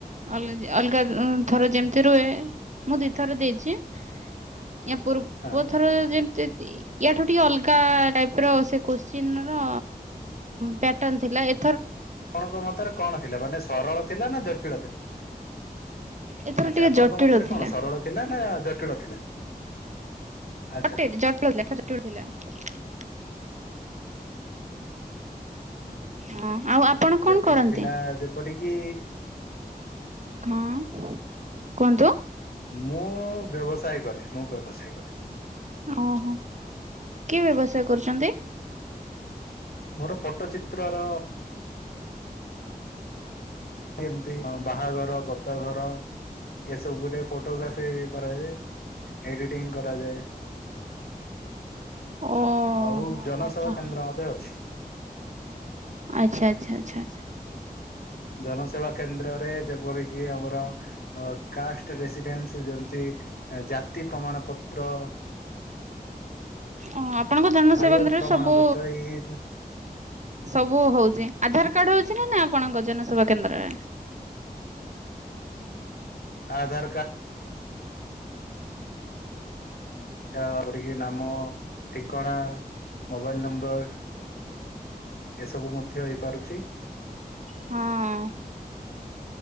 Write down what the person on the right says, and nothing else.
ଅଲ ଅଲଗା ଥର ଯେମିତି ରୁହେ ମୁଁ ଦିଥର ଦେଇଚି। ଇୟା ପୂର୍ବ
ଥର ଯେମ ୟାଠୁ ଟିକେ ଅଲଗା ଟାଇପ୍ ର ସେ କୋଶ୍ଚିନ ର ପ୍ୟାଟନ୍ ଥିଲା ଏ
ଏଥର
ଟିକେ
ଜଟିଳ
ଥିଲା।
<unintelligible>
ହଁ ଆଉ ଆପଣ
କଣ କରନ୍ତି?
ହଁ କୁହନ୍ତୁ।
ଓହୋ କି ବ୍ୟବସାୟ କରୁଚନ୍ତି?
ଓ ହଁ
ହଁ ହଁ
ହଁ
ଆଚ୍ଛା ଆଚ୍ଛା ଆଚ୍ଛା।
ଓ ଆପଣଙ୍କ ଜନ
ସେବାକେନ୍ଦ୍ରରେ
ସବୁ
ସବୁ <unintelligible> ଆଧାର କାର୍ଡ ହୋଉଚି ନା ନା ଆପଣଙ୍କ ଜନସେବା କେନ୍ଦ୍ରରେ?
ହଁ।